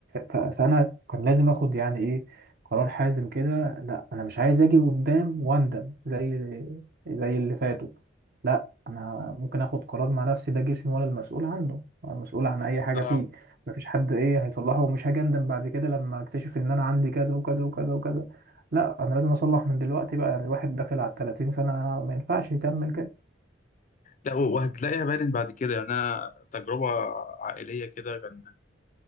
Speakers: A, on the right (about 50°); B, on the left (about 40°).
A: ف- فانا كان لازم اخد يعني ايه قرار حازم كده لا انا مش عايز اجي قدام واندم زي زي اللي فاتوا لا انا ممكن اخد قرار مع نفسي ده جسمي وانا المسؤول عنه انا مسؤول عن اي حاجه
B: اه
A: فيه مفيش حد ايه هيصلحه ومش هاجي اندم بعد كده لما اكتشف ان انا عندي كذا وكذا وكذا وكذا لا انا لازم اصلح من دلوقتي بقى يعني الواحد داخل على 30 سنه ما ينفعش يكمل كده
B: لا و- وهتلاقيها بارد بعد كده يعني انا تجربه عائليه كده كان